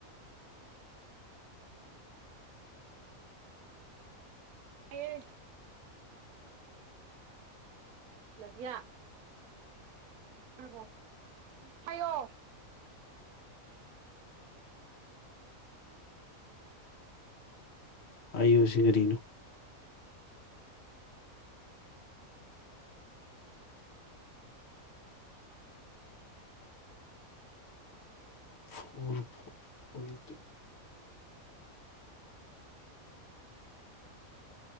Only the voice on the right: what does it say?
ꯑꯦꯠ ꯅꯗꯤꯌꯥ ꯑꯣꯏꯔꯕꯣ ꯍꯥꯏꯌꯣ